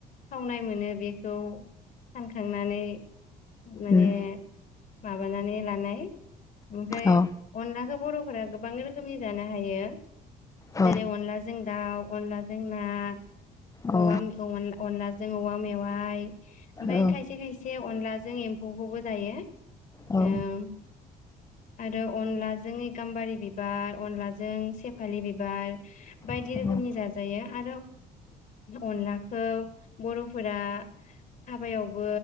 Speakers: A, on the left; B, on the left.
A: खावनाय मोनो बे खौ सानखांनानै माने
B: उम
A: माबानानै लानाय ओमफ्राय
B: औ
A: अनलाखौ बर'फोरा गोबां रोखोमनि जानो हायो।
B: औ
A: जेरै अनलाजों दाउ अनलाजों ना अमा मैगं
B: औ
A: अनला मैगंमोन अनलाजो जों औवा मेवाय फाय ओमफाय
B: औ
A: खायसे खायसे अनलाजों एम्फौखौबो जायो
B: औ
A: उम आरो अनलाजों गाम्बारि बिबार अनलाजों सेफालि बिबार बायदि
B: औ
A: रोखोमनि जाजायो आरो अनलाखौ बर'फोरा हाबायावबो